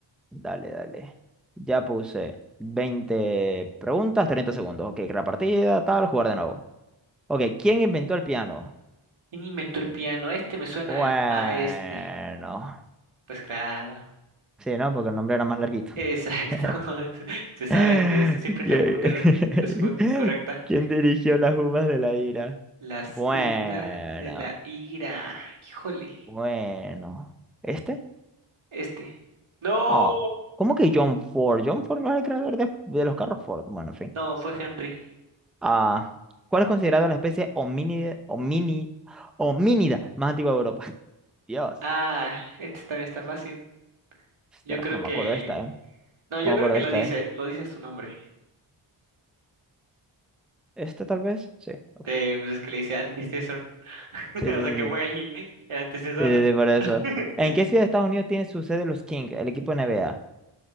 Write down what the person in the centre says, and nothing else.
dale, dale. Ya puse 20 preguntas, 30 segundos. Ok, crear partida, tal, jugar de nuevo. Ok, ¿quién inventó el piano?
Bueno.
Sí, ¿no? Porque el nombre era más larguito.
<laughs>
¿Qui-
<laughs> ¿Quién dirigió las uvas de la ira?
Bueno,
bueno. ¿Este?
Ah, ¿cómo que John Ford? John Ford no era el creador de, de los carros Ford. Bueno, en fin.
Ah, ¿cuál es considerado la especie homínida, homini- homínida más antigua de Europa? <laughs> Dios.
Ostras,
no
me acuerdo de esta, ¿eh?
No me
acuerdo
de
esta,
¿eh?
¿Esta tal vez? Sí, ok.
Sí, sí,
sí,
sí.
Sí, sí, sí, por eso.
¿En qué ciudad de Estados Unidos tiene su sede los Kings, el equipo NBA?